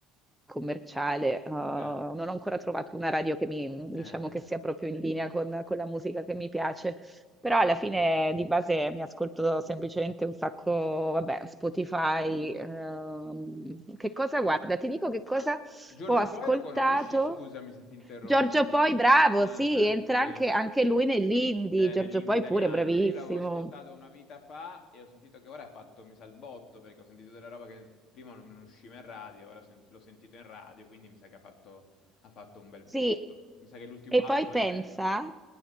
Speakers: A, in the centre; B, on the left.
A: Commerciale, uhm,
B: Eh,
A: non ho ancora trovato una radio che mi mhmm,
B: eh,
A: diciamo
B: eh.
A: che sia
B: eh.
A: proprio in linea con con la musica che mi piace, però alla fine di base mi ascolto semplicemente un sacco vabbè, Spotify, uhm, che cosa guarda, ti dico che cosa
B: Giorgio
A: ho ascoltato
B: Poi lo conosci? Scusami se ti interrompo.
A: Giorgio Poi, bravo,
B: Ah,
A: sì,
B: ah,
A: entra
B: sugli-
A: anche anche lui nell'indie,
B: Eh,
A: Giorgio
B: nell'indie
A: Poi
B: italiano.
A: pure bravissimo.
B: Io l'avevo ascoltato una vita fa e ho sentito che ora ha fatto mi sa il botto perché ho sentito della roba che prima non non usciva in radio, ora ho sent- l'ho sentito in radio, quindi mi sa che ha fatto, ha fatto un bel
A: Sì,
B: botto. Mi sa che l'ultimo
A: e
B: album
A: poi pensa,
B: è bello.